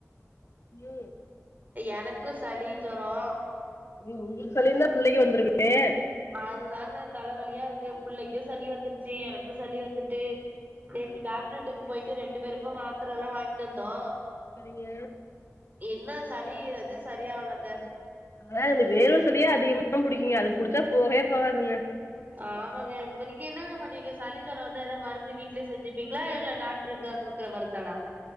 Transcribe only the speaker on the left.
ஏ
ம் உங்களுக்கு சளி இருந்தா புள்ளைக்கி வந்துருமே
சரிங்க
ஆனா இந்த வேர்வ சளியே அதிகமா புடிக்குங்க அது புடிச்சா போவே போவாதுங்க